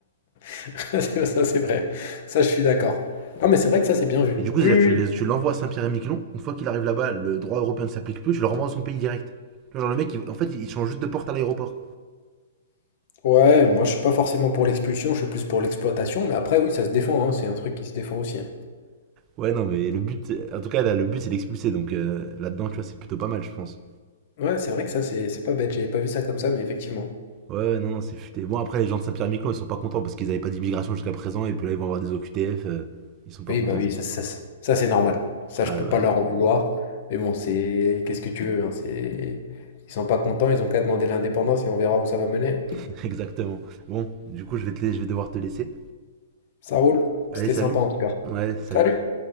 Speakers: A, on the left; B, on the right.
A: <laughs> C'est- Ça, c'est vrai. Ça, je suis d'accord. Ah, mais c'est vrai que ça, c'est bien vu.
B: Et du coup,
A: Oui,
B: c'est-à-dire
A: oui.
B: que tu l'envoies à Saint-Pierre-et-Miquelon, une fois qu'il arrive là-bas, le droit européen ne s'applique plus, tu le renvoies dans son pays direct. Genre le mec, il- en fait, il change juste de porte à l'aéroport.
A: oui. Ouais, moi, je suis pas forcément pour l'expulsion, je suis plus pour l'exploitation, mais après, oui, ça se défend, hein, C'est un truc qui se défend aussi. hein.
B: Ouais, non, mais le but, en tout cas, là, le but, c'est d'expulser, donc euh, là-dedans, tu vois, c'est plutôt pas mal, je pense.
A: Ouais, c'est vrai que ça, c'est c'est pas bête. J'avais pas vu ça comme ça, mais effectivement.
B: Ouais, ouais, non, non, c'est futé. Bon, après, les gens de Saint-Pierre-et-Miquelon, ils sont pas contents parce qu'ils n'avaient pas d'immigration jusqu'à présent, et puis là, ils vont avoir des OQTF, euh, ils sont pas
A: Oui,
B: contents.
A: bah oui, ça, ça, c'est ça, c'est normal. Ça,
B: Ah,
A: je peux
B: bah
A: pas
B: oui,
A: leur en vouloir. Mais bon, c'est. Qu'est-ce que tu veux, hein, c'est... Ils sont pas contents, ils ont qu'à demander l'indépendance et on verra où ça va mener.
B: <laughs> exactement. Bon, du coup, je vais, te, la- je vais devoir te laisser.
A: Ça roule.
B: Allez,
A: C'était
B: salut.
A: sympa en tout cas.
B: Ouais, salut.
A: Salut!